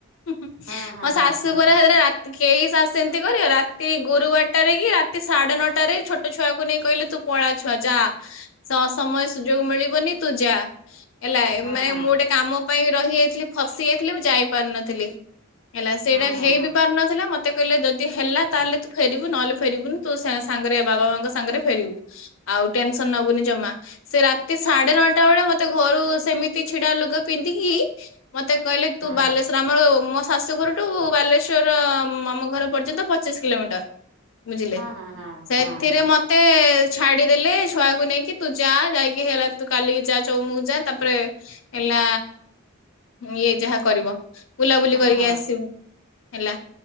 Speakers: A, on the left; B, on the right.
A: ମୋ
B: ହଁ ହଁ ହଁ
A: ଶାଶୁ
B: ହଁ ହଁ
A: ଘର ରା କେହି ସାହସ ସେମିତି କରିବ ରାତି ଗୁରୁବାରଟା ରେ କି ରାତି ସାଢେ ନଅଟା ରେ ଛୋଟ ଛୁଆକୁ ନେଇ କହିଲ ପଳା ଛୁଆ ଯା ସମୟ ସୁଯୋଗ ମିଳିବନି ତୁ ଯା ହେଲା।
B: ହଁ ହଁ
A: ମାନେ
B: ହଁ ହଁ।
A: ମୁଁ ଗୋଟେ କାମ ପାଇଁ ରହିଯାଇଥିଲି ଫସି ଯାଇଥିଲି ମୁଁ ଯାଇପାରିନଥିଲି। ହେଲା ସେଇଟା
B: ହଁ ହଁ
A: ହେଇ
B: ହଁ
A: ବି ପାରୁନଥିଲା। ମତେ କହିଲେ ଯଦି ହେଲା ତାହେଲେ ତୁ ଫେରିବୁ ନହେଲେ ଫେରିବୁନୁ ତୁ ସାଙ୍ଗରେ ବାବା ମାଙ୍କ ସାଙ୍ଗରେ ଫେରିବୁ। ଆଉ ଟେନସନ ନବୁନି ଜମା ସେ ରାତି ସାଢେ ନଅଟା ବେଳେ ମତେ ଘରୁ ସେମିତି ଛିଡା ଲୁଗା ପିନ୍ଧିକି ମତେ କହିଲେ ତୁ
B: ହଁ
A: ବାଲେଶ୍ୱର ଆମର ମୋ ଶାଶୁଘରଠୁ ବାଲେଶ୍ଵର ଆମ ଘର ପର୍ଯ୍ୟନ୍ତ ପଚିଶ କିଲୋମିଟର ବୁଝିଲେ
B: ହଁ ହଁ
A: ସେଥିରେ
B: ହଁ ହଁ ହଁ ହଁ।
A: ମ ମତେ ଛାଡିଦେଲେ ଛୁଆକୁ ନେଇକି ତୁ ଯା ଯାଇକି ହେଲା ତୁ କାଲିକି ଯା ଚମୁକୁ ଯା ତାପରେ ହେଲା ଇଏ ଯାହା କରିବୁ। ବୁଲାବୁଲି
B: ହଁ
A: କରିକି
B: ହଁ
A: ଆସିବୁ ହେଲା